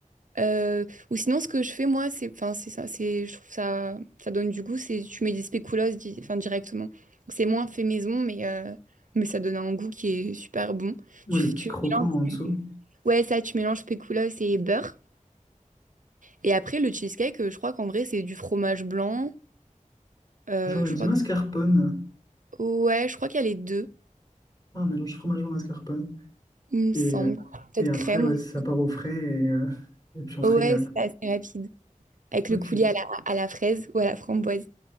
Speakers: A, on the right; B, on the left.
A: Euh, ou sinon, ce que je fais moi, c'est, enfin, c'est ça, c'est, je trouve ça, ça donne du goût. C'est, tu mets des spéculoos, di- enfin, directement. Donc, C'est moins fait maison, mais, euh, mais ça donne un goût qui est super bon.
B: Ouais,
A: Tu,
B: le petit
A: tu
B: croquant
A: mélanges,
B: en dessous.
A: ouais, ça, tu mélanges spéculoos et beurre. Et après, le cheesecake, euh, je crois qu'en vrai, c'est du fromage blanc. Euh,
B: j'aurais
A: je
B: dit
A: crois,
B: mascarpone.
A: que- ouais, je crois qu'il y a les deux,
B: Ah, un mélange fromage blanc mascarpone.
A: il me
B: Et,
A: semble. Peut-être
B: et après,
A: crème
B: ouais,
A: aussi.
B: ça part au frais et, euh, et puis on se
A: Ouais,
B: régale.
A: c'est assez rapide. Avec le
B: Ok.
A: coulis à la, à la fraise ou à la framboise.